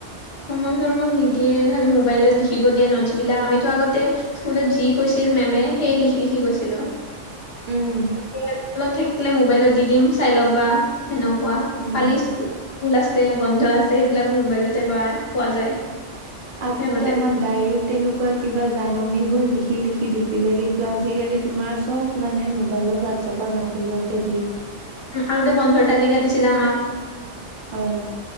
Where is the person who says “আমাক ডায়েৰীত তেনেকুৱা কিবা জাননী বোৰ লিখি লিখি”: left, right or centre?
Right